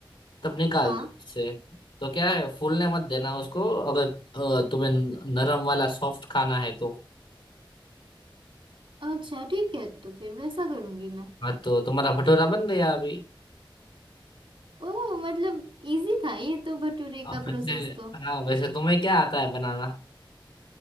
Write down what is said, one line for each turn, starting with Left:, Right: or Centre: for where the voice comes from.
Left: तब निकाल
Right: हाँ
Left: दो उससे तो क्या है फूलने मत देना उसको अगर अ, तुम्हें नरम वाला सॉफ्ट खाना है तो
Right: अच्छा ठीक है तो फिर वैसा करूंगी मैं
Left: हाँ तो तुम्हारा भटूरा बन गया अभी
Right: ओ मतलब इजी था ये तो भटूरे
Left: अब
Right: का प्रोसेस
Left: वैसे
Right: तो
Left: हाँ वैसे तुम्हें क्या आता है बनाना